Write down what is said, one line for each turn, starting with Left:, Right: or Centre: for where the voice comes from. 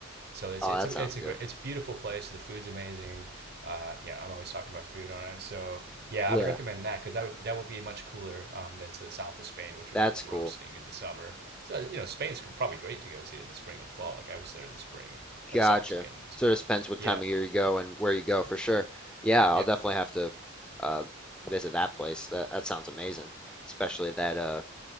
Right: so it's
Centre: Oh,
Right: it's
Centre: that
Right: a,
Centre: sounds
Right: it's
Centre: good.
Right: a great it's a beautiful place. The food's amazing. Uh, yeah, I'm always talking about food, aren't I? So yeah,
Centre: Yeah,
Right: I would recommend that because that would that would be much cooler um, than to the south of Spain, which would
Centre: that's
Right: be roasting
Centre: cool.
Right: in the summer. So you know, Spain's probably great to go to in the spring or fall. Like I was there in the spring and like
Centre: Gotcha.
Right: South Spain,
Centre: Sort
Right: but
Centre: of depends what
Right: yeah,
Centre: time of year you go and where you go for sure. Yeah, I'll
Right: yeah,
Centre: definitely have to uh, visit that place. That that sounds amazing, especially that uh